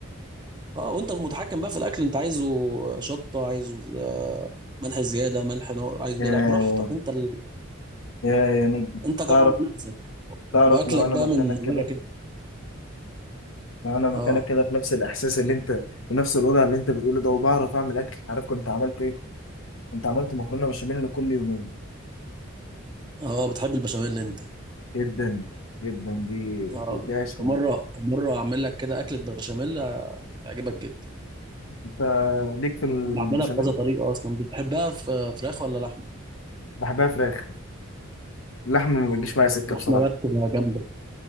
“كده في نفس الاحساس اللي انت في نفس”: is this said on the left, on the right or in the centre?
Left